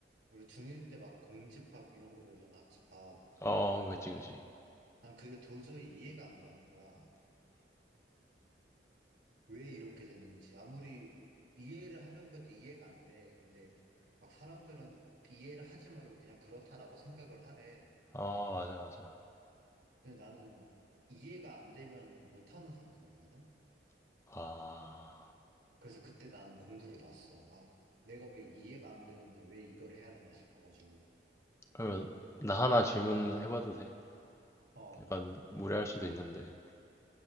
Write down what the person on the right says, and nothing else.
우리 중1 때 막 공집합 이런 거 배우잖아, 합집합.
난 그게 도저히 이해가 안 가는 거야. 왜 이렇게 되는지. 아무리 이해를 하려고 해도 이해가 안 돼. 근데 막 사람들은 이해를 하지 말고 그냥 그렇다라고 생각을 하래.
근데 나는 이해가 안 되면은 못하는 성격이거든?
그래서 그때 나는 공부를 놨어. 아, 내가 왜 이해가 안 되는데 왜 이걸 해야 되나 싶어가지고.
어,